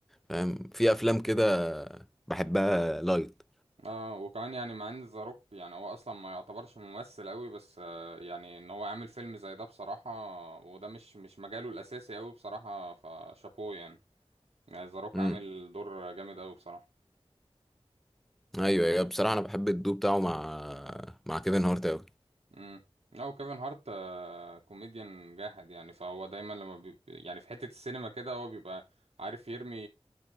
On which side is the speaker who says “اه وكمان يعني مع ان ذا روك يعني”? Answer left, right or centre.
Right